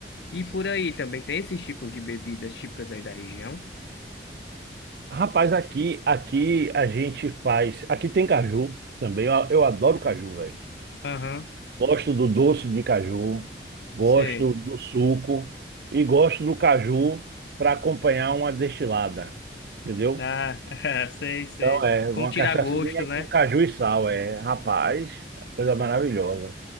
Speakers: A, on the left; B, on the right.
A: E por aí também tem esses tipos de bebidas típicas aí da região?
B: Rapaz, aqui, aqui a gente faz. Aqui tem caju também. Eu, eu adoro caju, velho.
A: Aham,
B: Gosto do doce de caju, gosto
A: sei.
B: do suco e gosto do caju para acompanhar uma destilada, entendeu?
A: Ah, <laughs> sei, sei.
B: Então é uma
A: Como tirar
B: cachaçinha
A: gosto, né?
B: com caju e sal, é, rapaz, coisa maravilhosa.